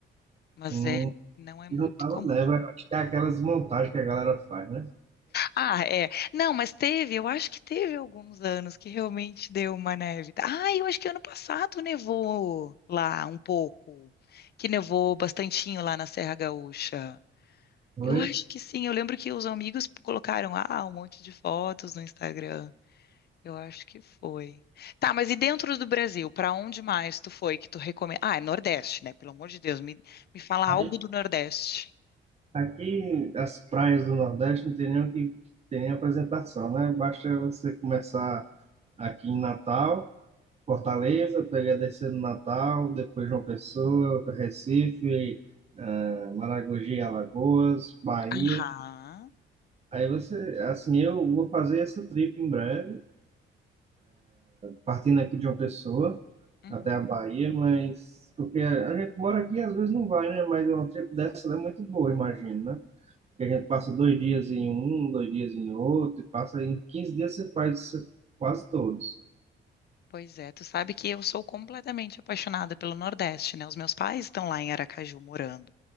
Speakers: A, on the left; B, on the right.
A: mas
B: Hum,
A: é não é muito
B: e não tava
A: comum.
B: neva, acho que é aquelas montagens que a galera faz, né?
A: Ah, é. Não, mas teve, eu acho que teve alguns anos que realmente deu uma neve. Ah, eu acho que ano passado nevou lá um pouco, que nevou bastantinho lá na Serra Gaúcha.
B: Oi?
A: Eu acho que sim, eu lembro que os amigos colocaram ah, um monte de fotos no Instagram. Eu acho que foi. Tá, mas e dentro do Brasil, para onde mais tu foi que tu recomenda? Ah, é Nordeste, né? Pelo amor de Deus, me, me fala
B: Aí,
A: algo do Nordeste.
B: aqui, as praias do Nordeste não tem nem o que tem nem apresentação, né? Basta você começar aqui em Natal. Fortaleza, peguei a descer no Natal, depois João Pessoa, Recife, ah, Maragogi, Alagoas, Bahia.
A: Ah,
B: Aí você, assim, eu vou fazer essa trip em breve, partindo aqui de João Pessoa
A: uhum.
B: até a Bahia, mas porque a gente mora aqui às vezes não vai, né? Mas é uma trip dessa é muito boa, imagino, né? Porque a gente passa dois dias em um, dois dias em outro, e passa em 15 dias você faz quase todos.
A: Pois é, tu sabe que eu sou completamente apaixonada pelo Nordeste, né? Os meus pais estão lá em Aracaju morando.